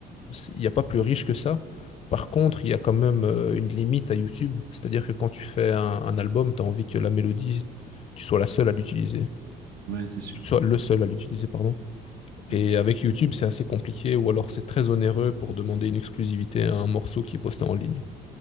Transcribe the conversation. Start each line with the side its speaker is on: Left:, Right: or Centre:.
Left: c'est- il n'y a pas plus riche que ça. Par contre, il y a quand même euh, une limite à YouTube, c'est-à-dire que quand tu fais un, un album, tu as envie que la mélodie, tu sois la seule à l'utiliser
Right: Ouais, c'est sûr.
Left: tu sois le seul à l'utiliser, pardon. Et
Right: Ouais,
Left: avec YouTube, c'est assez compliqué, ou alors c'est très onéreux pour demander une exclusivité à un morceau qui est posté en ligne.